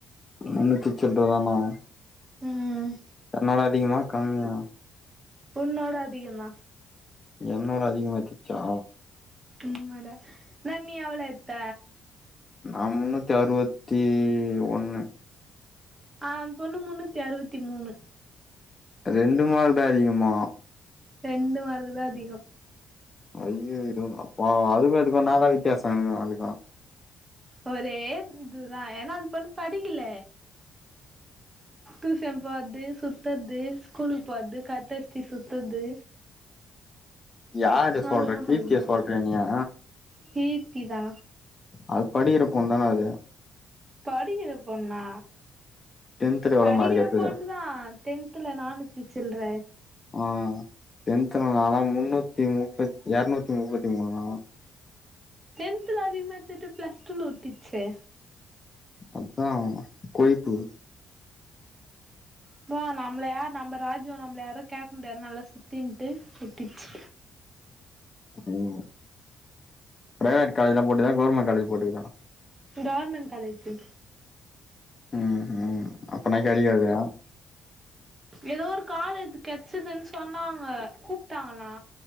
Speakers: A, on the left; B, on the right.
A: முன்னூத்தி சில்றதானா
B: ம்
A: தன்னால அதிகமா கம்மியா
B: உன்னோட அதிகமா
A: என்னோட அதிகமா வெச்ரிக்யா
B: ம்மாடா அ நீ எவ்ளோ எடுத்த
A: நா முன்னூத்தி அறுவத்தி ஒன்னு
B: ஆ அந் பொண்ணு முன்னூத்தி அறுவத்தி மூணு
A: ரெண்டு மார்க்தா அதிகமா
B: ரெண்டு மார்க்குதா அதிகோ
A: அய்யய்யோ அப்ப அதுக்கு அதுக்கு என்னாதா வித்தியாசோ அதிகோ
B: ஒரே இதுதா ஏனா அந்த பொண்ணு படிக்கல டியூஷன் போவாது சுத்தர்து ஸ்கூலுக்கு போவாது கட்டச்சு சுத்தர்து
A: யார சொல்ற
B: அதெல்லா
A: கீர்த்திய
B: படிக்கல
A: சொல்றீன்யா
B: கீர்த்திதா
A: அது படிக்கிறப்பொண்தான அது
B: படிக்கிற பொண்ணா
A: டென்த்ல எவ்ளோ
B: படிக்கிற
A: மார்க் எடுத்தது
B: பொண்ணுதா டென்த்துல நானூத்தி சில்ற
A: ஆ டென்த்ல நால்லா முன்னூத்தி முப்பத் எரநூத்தி முப்பத்தி மூனா
B: டென்த்ல அதிகமா எடுத்துட்டு பிளஸ் டூல ஊத்திட்ச்சே
A: அதான் கொய்த்து
B: இப்ப நம்மள யார் நம்ம ராஜ்யோ நம்மள யாரு கேக்க முடியாதுன்னு நல்லா சுத்தின்ட்டு புட்டிச்சு
A: ம் பிரைவேட் காலேஜ்ல போட்டுதா கவுர்மெண்ட் காலேஜ்ல போட்டுக்குதா
B: கவர்மெண்ட் காலேஜு
A: ம் ஹும் அப்பனா கெடைக்காதா
B: எதோ ஒரு காலேஜ கெச்சதுன்னு சொன்னாங்க கூப்ட்டாங்களா